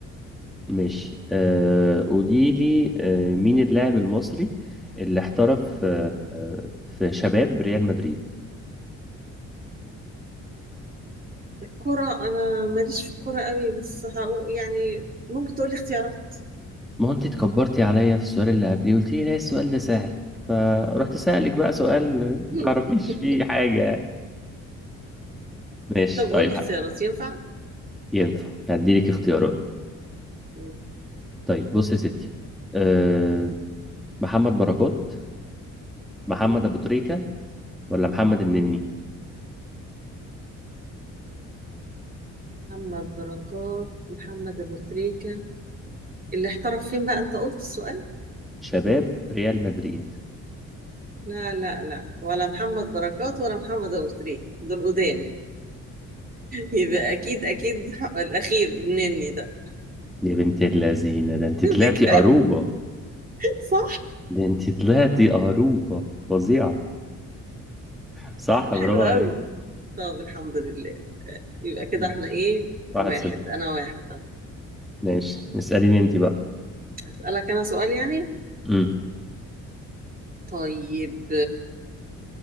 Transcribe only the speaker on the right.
مم.
الكرة انا ماليش في الكرة قوي بس هقول يعني ممكن تقولي اختيارات
<laughs>
طب قول
لي اختيارات ينفع؟
مم.
مم.
مم.
مم.
محمد بركات محمد أبو تريكة اللي احترف فين بقى أنت قلت السؤال؟
لا لا لا ولا محمد بركات ولا محمد أبو تريكة دول قدام <laughs> يبقى أكيد أكيد الأخير مني ده
<laughs>
بجد
صح
حلو
قوي
طب الحمد لله يبقى كده
احنا ايه
واحد
أنا واحد أه.
هسألك أنا سؤال يعني
طيب